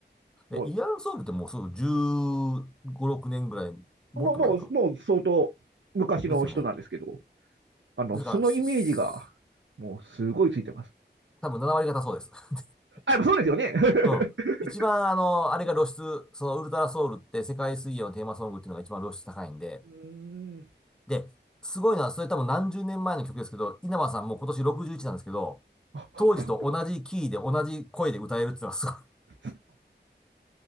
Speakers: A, in the centre; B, on the right.
A: で、
B: う、
A: イヤランソングってもうすぐ15、6年ぐらい、もっと前か。
B: のもう、もう、もう相当昔の人なんですけど、
A: ですよね。
B: あの、
A: ですから、
B: そのイメージが、
A: すす
B: もうすごいついてます。
A: 多分7割方そうです。<laughs>
B: あ、やっぱそうですよね。<laughs>
A: うん。一番、あの、あれが露出、
B: うん。
A: そのウルトラソウルって世界水泳のテーマソングっていうのが一番露出高いんで、
B: うーん。
A: で、すごいのは、それ多分何十年前の曲ですけど、稲葉さんも今年61なんですけど、
B: <laughs>
A: 当時と同じキーで同じ声で歌えるっていうのはすごい。
B: あい